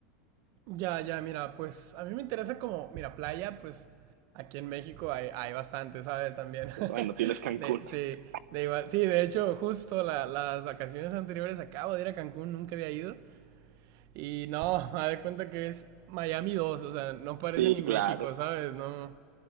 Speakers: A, on the right (about 50°); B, on the right (about 75°).
A: Ya, ya, mira, pues a mí me interesa como, mira, playa, pues aquí en México hay, hay bastante, ¿sabes? También.
B: Bueno,
A: <laughs>
B: tienes Cancún.
A: De, sí,
B: <laughs>
A: de igual, sí, de hecho, justo la- las vacaciones anteriores acabo de ir a Cancún, nunca había ido. Y no, <laughs> me de cuenta que es Miami 2, o sea, no parece
B: Sí,
A: ni México,
B: claro.
A: ¿sabes? No,